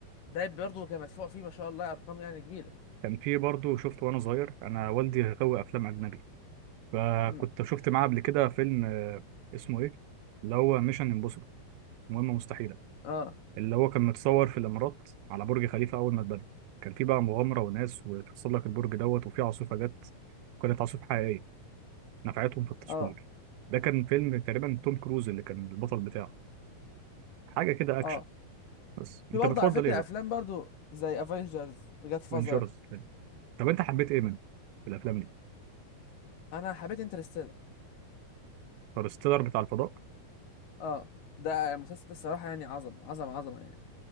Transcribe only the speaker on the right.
كان في برضه شفته وأنا صغير أنا والدي غاوي أفلام أجنبي فكنت
شفت معاه قبل كده فيلم آه، اسمه إيه اللي هو ميشن امبوسيبل مهمة مستحيلة
اللي هو كان متصور في الإمارات على برج خليفة أول ما اتبنى كان في بقى مغامرة وناس وتتسلق البرج دوت وفي عاصفة جت كانت عاصفة حقيقية نفعتهم في التصوير
ده كان فيلم تقريبا توم كروز اللي كان البطل بتاعه حاجة كده أكشن
بس أنت
بتفضل
إيه بقى؟
بنشرز طب انت حبيت ايه منه في الافلام دي
انترستيلر بتاع الفضاء